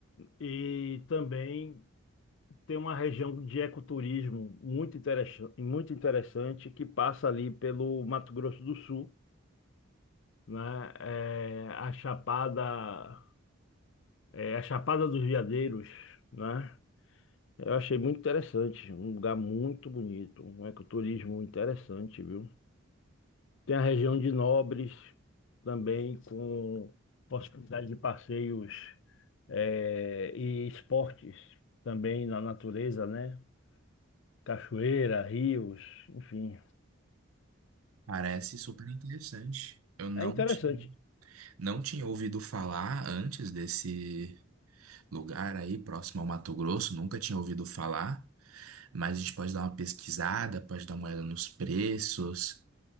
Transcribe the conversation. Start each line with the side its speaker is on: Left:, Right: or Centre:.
Left: e também tem uma região de ecoturismo muito interessante, muito interessante que passa ali pelo Mato Grosso do Sul, né? É, a Chapada, é, a Chapada dos Veadeiros, né? Eu achei muito interessante, um lugar muito bonito, um ecoturismo interessante, viu? Tem a região de Nobres também, com possibilidade de passeios eh, e esportes também na natureza, né? Cachoeira, rios, enfim.
Right: Parece super interessante. Eu não
Left: É interessante,
Right: tinha, não tinha ouvido falar antes desse lugar aí, próximo ao Mato Grosso, nunca tinha ouvido falar, mas a gente pode dar uma pesquisada, pode dar uma olhada nos preços.